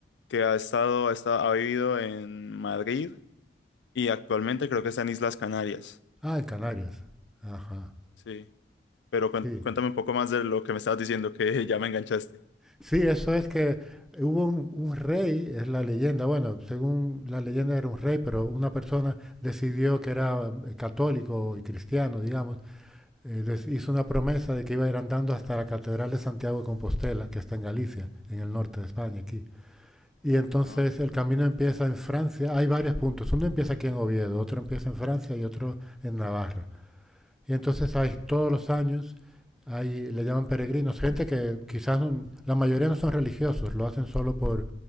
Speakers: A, on the left (about 75°); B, in the centre.
A: que ha estado, ha estado- ha vivido en Madrid y actualmente creo que está en Islas Canarias.
B: Ah, en Canarias. Ajá,
A: Sí, pero cuen-
B: sí.
A: cuéntame un poco más de lo que me estabas diciendo, que <laughs> ya me enganchaste.
B: Sí, eso es que hubo un, un rey, es la leyenda, bueno, según la leyenda era un rey, pero una persona decidió que era eh, católico y cristiano, digamos, eh, des- hizo una promesa de que iba a ir andando hasta la Catedral de Santiago de Compostela, que está en Galicia, en el norte de España, aquí. Y entonces
A: Ajá,
B: el camino empieza en Francia, hay varios puntos, uno empieza aquí en Oviedo, otro empieza en Francia y otro en Navarra. Y entonces hay todos los años, hay, le llaman peregrinos, gente que quizás no- la mayoría no son religiosos, lo hacen solo por,